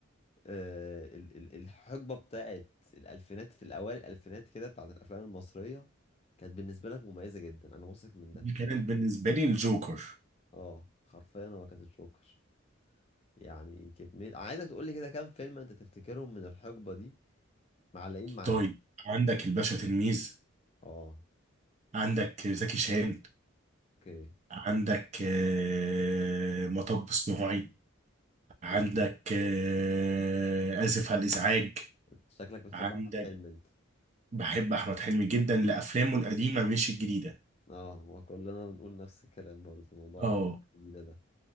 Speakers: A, on the left; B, on the right.
A: آه ال- ال- الحقبه بتاعت الالفينات في الاوائل الالفينات كده بتاعت الافلام المصريه كانت بالنسبه لك مميزه جدا انا واثق من ده
B: دي كانت بالنسبه لي الجوكر
A: اه حرفيا هو كانت الجوكر يعني كميه عايزك تقول لي كده كام فيلم انت تفتكرهم من الحقبه دي معلقين معاك
B: طيب عندك الباشا تلميذ
A: اه
B: عندك زكي شان
A: اوكي
B: عندك آه، مطب صناعي عندك
A: يعني
B: آه، آسف على الإزعاج
A: شكلك بتحب
B: عندك
A: احمد حلمي انت
B: بحب أحمد حلمي جدا لأفلامه القديمة مش الجديدة
A: اه هو كلنا بنقول نفس الكلام برضه موضوع
B: اه
A: الافلام الجديده ده